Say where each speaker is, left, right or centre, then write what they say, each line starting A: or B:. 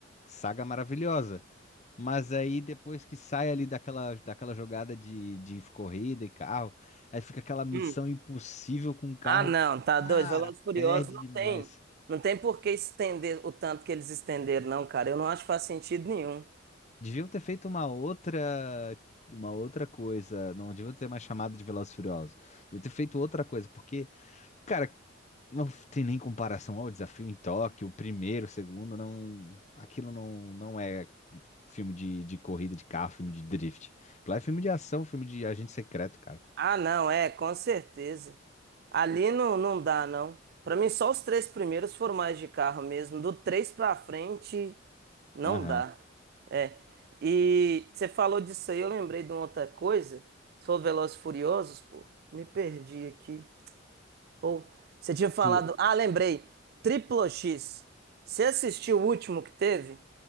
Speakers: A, on the left; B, on the right.
A: saga maravilhosa. Mas aí depois que sai ali daquela, daquela jogada de, de corrida e carro, aí fica aquela missão
B: Hum.
A: impossível com o carro.
B: Ah, não, tá
A: Cara,
B: doido. Velozes e Furiosos
A: perde
B: não
A: demais.
B: tem, não tem por que estender o tanto que eles estenderam, não, cara. Eu não acho que faz sentido nenhum.
A: Deviam ter feito uma outra, uma outra coisa. Não deviam ter mais chamado de Velozes e Furiosos. Deviam ter feito outra coisa, porque, cara, não tem nem comparação ao desafio em Tóquio, o primeiro, o segundo, não, aquilo não, não é filme de, de corrida de carro, filme de drift. Lá é filme de ação, filme de agente secreto, cara.
B: Ah, não, é, com certeza. Ali não, não dá, não. Pra mim, só os três primeiros foram mais de carro mesmo. Do três pra frente, não
A: Aham.
B: dá. É. E você falou disso aí, eu lembrei de uma outra coisa. Sou Velozes e Furiosos, pô. Me perdi aqui. Pô, você tinha falado.
A: Tu,
B: Ah, lembrei. Triplo X. Você assistiu o último que teve?